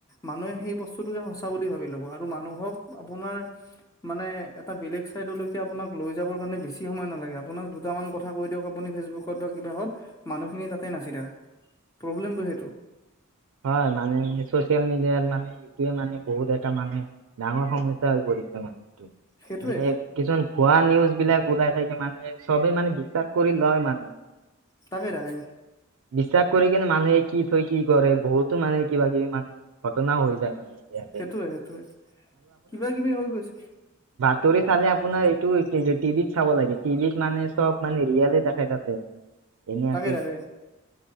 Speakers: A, on the left; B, on the right.
A: মানুহে সেই বস্তুটোকে সঁচা বুলি ভাবি ল'ব আৰু মানুহক আপোনাৰ মানে এটা বেলেগ চাইদলৈ আপোনাক লৈ যাবৰ কাৰণে বেছি সময় নালাগে আপোনাক দুটা মান কথা কৈ দিয়ক আপুনি ফেচবুকত বা কিবাহত মানুহ খিনি তাতে নাচি থাকে। প্ৰব্লেমটো সেইটো
B: হয় মানে ছ'চিয়েল মিডিয়াৰ মানে এটোয়ে মানে বহুত এটা মানে ডাঙৰ সমস্যা হৈ পৰিছে মানে
A: সেইটোৱে
B: মানে কিছুমান ভুৱা নিউজ বিলাক ওলাই থাকে মানে চবে মানে বিশ্বাস কৰি লয় মানে
A: তাকে তাকে
B: বিশ্বাস কৰি কিনে মানুহে কি থৈ কি কৰে বহুতো মানে কিবা কিবি মানে ঘটনাও হৈ যায় মানে এতিয়া
A: সেইটোয়ে, সেইটোয়ে কিবা কিবি হৈ গৈছে।
B: ষ্টৰি চালে আপোনাৰ এইটো টিভিত চাব লাগে, টিভিত মানে চ'ব মানে ৰিয়েল দেখাই থাকে। এনে
A: তাকে
B: আকৈ
A: তাকে